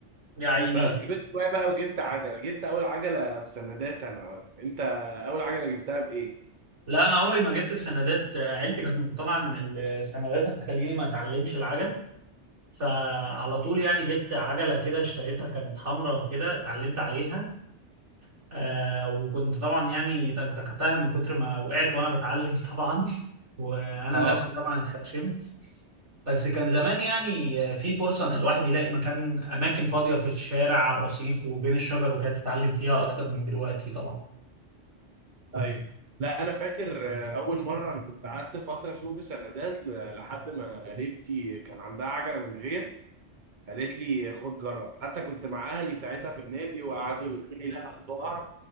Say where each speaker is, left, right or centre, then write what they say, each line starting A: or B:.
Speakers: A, on the right; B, on the right.
A: <laughs> يا عيني
B: بس كبرت شويه بقى وجبت عجله جبت اول عجله بسندات انا ولا انت اول عجله جبتها بايه
A: لا انا عمري ما جبت السندات آه، عيلتي كانت مقتنعه ان السندات هتخليني ما اتعلمش العجل فعلى طول يعني جبت عجله كده اشتريتها كانت حمراء كده اتعلمت عليها آه وكنت طبعا يعني دغدغتها من كتر ما وقعت وانا بتعلم <laughs> طبعا وانا
B: اه
A: نفسي طبعا اتخرشمت بس كان زمان يعني آه، في فرصه ان الواحد يلاقي مكان اماكن فاضيه في الشارع على الرصيف وبين الشجر وكده تتعلم فيها اكتر من دلوقتي طبعا
B: ايوه لا انا فاكر آه، اول مره انا كنت قعدت فتره اسوق بسندات ل- لحد ما قريبتي كان عندها عجله من غير قالت لي خد جرب حتى كنت مع اهلي ساعتها في النادي وقعدوا يقولوا لي لا هتقع